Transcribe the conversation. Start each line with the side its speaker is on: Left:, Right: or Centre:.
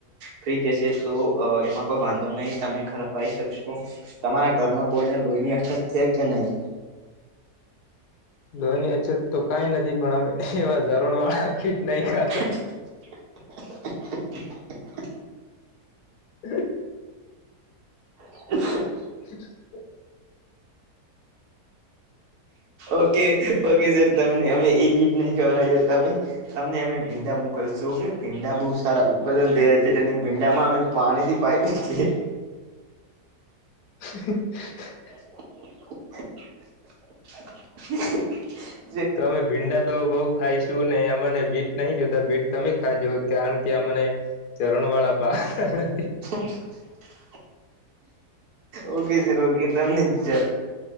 Right: ફ્રી જશે તો એમાં કોઈ વાંધો નહી તમે ખરાપાઈ શકશો તમારા ઘરમાં કોઈને લોહીની અછત છે કે નહી
Left: લોહીની અછત તો કંઈ નથી પણ અમે એવા
Right: <inaudible>
Left: <unintelligible> <inaudible>
Right: <inaudible>
Left: <inaudible>
Right: ઓકે ઓકે સર તમને અમે એ ગીત નહી ગવરાઈએ તમે તમને અમે ભીંડા મોકલશું ઓકે ભીંડા બહુ સારા ઉત્પાદન થયા છે અને ભીંડામાં અમે પાણીથી <unintelligible>
Left: <inaudible>
Right: <inaudible>
Left: તો અમે ભીંડા તો બઉુ ખાઈશું ને અમાને બીટ નહી જોતા બીટ તમે ખાજો કારણ કે અમને ચરણ વાળા <unintelligible>
Right: <inaudible> ઓકે સર ઓકે તમને <unintelligible>